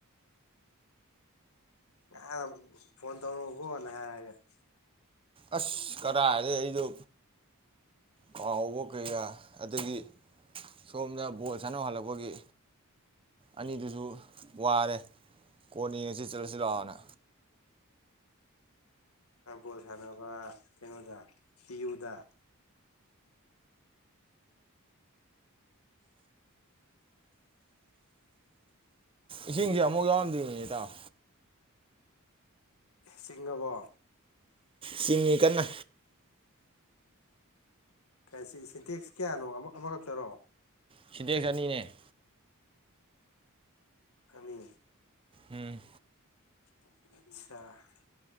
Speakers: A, on the left (about 75°); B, on the right (about 25°).
A: ꯉꯍꯜ ꯐꯣꯟ ꯇꯧꯔꯛꯎꯀꯣ ꯅ ꯍꯥꯏꯔꯒ
B: ꯑꯁ ꯀꯔꯥꯏꯗꯩ ꯑꯩꯗꯣ ꯀꯥꯎꯕ ꯀꯌꯥ ꯑꯗꯒꯤ ꯁꯣꯝꯗ ꯕꯣꯜ ꯁꯥꯟꯅꯧ ꯍꯜꯂꯛꯄꯒꯤ ꯑꯅꯤꯗꯨꯁꯨ ꯋꯥꯔꯦ ꯀꯣꯟ ꯌꯦꯉꯁꯤ ꯆꯠꯂꯁꯤ ꯂꯥꯛꯑꯣꯅ
A: ꯕꯣꯜ ꯁꯥꯟꯅꯕ ꯀꯩꯅꯣꯗ ꯇꯤꯌꯨꯗ
B: ꯏꯁꯤꯡꯁꯦ ꯑꯃꯨꯛ ꯌꯥꯎꯔꯝꯗꯦꯅꯦ ꯏꯇꯥꯎ
A: ꯁꯤꯡꯉꯥꯕꯣ
B: ꯆꯤꯡꯉꯤ ꯀꯟꯅ
A: ꯁꯤꯟ ꯁꯤꯟ ꯁꯤꯟꯇꯦꯛꯁ ꯀꯌꯥꯅꯣ ꯑꯃ ꯑꯃꯈꯛꯇꯔꯣ
B: ꯁꯤꯇꯦꯛꯁ ꯑꯅꯤꯅꯦ
A: ꯑꯅꯤ
B: ꯎꯝ
A: ꯑꯆꯥ